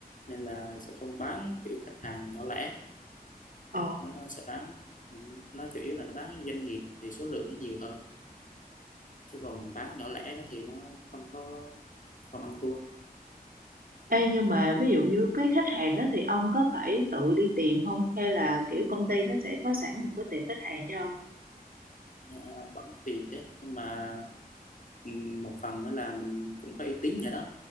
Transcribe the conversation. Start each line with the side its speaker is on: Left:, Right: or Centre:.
Left: nên là sẽ không bán kiểu khách hàng nhỏ lẻ
Right: Ờ.
Left: nó, nó sẽ bán ừ, nó chủ yếu là nó bán doanh nghiệp thì số lượng nó nhiều hơn chứ còn bán nhỏ lẻ đó thì nó không có không ăn thua
Right: Ê nhưng mà ví dụ như cái khách hàng đó thì ông có phải tự đi tìm không? Hay là kiểu công ty nó sẽ có sẵn một cái tiệm khách hàng cho ông?
Left: à, vẫn tiền chứ nhưng mà ừ, một phần nữa là mình cũng có uy tín rồi đó